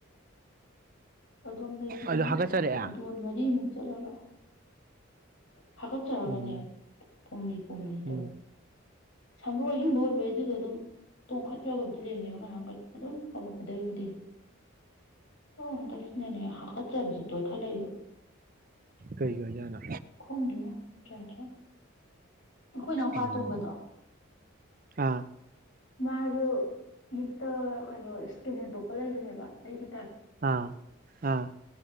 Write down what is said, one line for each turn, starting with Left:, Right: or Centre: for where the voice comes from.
Left: ꯑꯗꯣꯝꯗꯒꯤ
Right: ꯑꯗꯨ ꯍꯥꯒꯠꯆꯔꯛꯑꯦ
Left: ꯈꯨꯗꯣꯟ ꯃꯔꯤꯃꯨꯛ ꯆꯠꯂꯒ ꯑꯣ ꯍꯥꯀꯠꯆꯔꯒꯅꯦ
Right: ꯎꯝ
Left: ꯄꯣꯝꯂꯤ ꯄꯣꯝꯂꯤꯗꯣ
Right: ꯎꯝ
Left: ꯁ ꯍꯣꯏ ꯑꯍꯤꯡꯕ ꯑꯣꯏꯕꯒꯤ ꯑꯗꯨꯗꯣ ꯑꯗꯨꯝ ꯇꯣꯡꯈꯠꯄ ꯌꯥ ꯑꯣꯏꯕ ꯑꯗꯨ ꯂꯦꯟꯅꯦꯕ ꯉꯥꯏꯍꯥꯛꯈꯩ ꯑꯗꯨꯝ ꯍꯧꯔꯛꯀꯗꯧꯔꯤꯕꯗꯤ ꯑꯣ ꯍꯟꯗꯛꯁꯤꯅꯅꯦ ꯍꯥꯀꯠꯆꯕꯁꯨ ꯇꯣꯏꯈꯠꯂꯛꯏꯕ
Right: ꯀꯩ ꯀꯥꯏ ꯌꯥꯅ
Left: ꯈꯣꯡꯒꯤꯣ ꯆ ꯆ ꯑꯩꯈꯣꯏ ꯏꯅꯥꯎꯄꯥ
Right: ꯎꯝ
Left: ꯇꯣꯝꯕꯗꯣ
Right: ꯑꯥ
Left: ꯃꯥꯁꯨ ꯍꯠꯇ ꯀꯩꯅꯣ ꯏꯁꯀꯤꯟ ꯍꯦꯟꯗꯣꯛꯄ ꯂꯩꯕꯅꯦꯕ ꯑꯩꯒꯤꯗꯤ
Right: ꯑꯥ ꯑꯥ